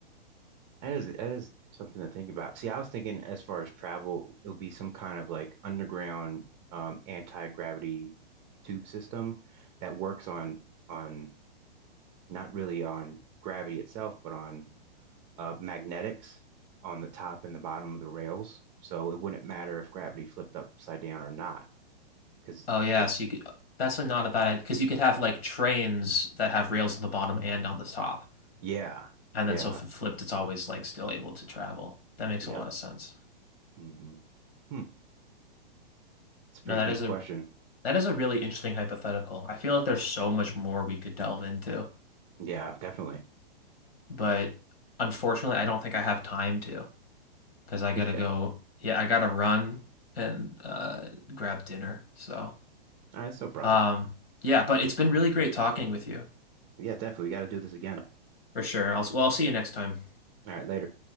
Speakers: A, on the right (about 25°); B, on the left (about 75°).
A: That is that is something to think about. See, I was thinking as far as travel, it'll be some kind of like underground um anti-gravity tube system that works on on not really on gravity itself, but on uh, magnetics on the top and the bottom of the rails. So it wouldn't matter if gravity flipped upside down or not, because
B: Oh yeah,
A: it's,
B: so you could that's a not a bad idea because you could have like trains that have rails on the bottom and on the top,
A: yeah,
B: and
A: yeah,
B: then so if it flipped, it's always like still able to travel. That makes
A: yep.
B: a lot of sense.
A: hmm Hmm. It's a pretty
B: No, that
A: deep
B: is a
A: question.
B: that is a really interesting hypothetical. I feel like there's so much more we could delve into,
A: Yeah, definitely. <laughs>
B: but unfortunately, I don't think I have time to. because I gotta
A: Yeah,
B: go. Yeah, I gotta run and uh, grab dinner. So,
A: that's no problem.
B: um, yeah, but it's been really great talking with you
A: Yeah, definitely. We got to do this again. All
B: for sure. I'll, well, I'll see you next time.
A: right, later.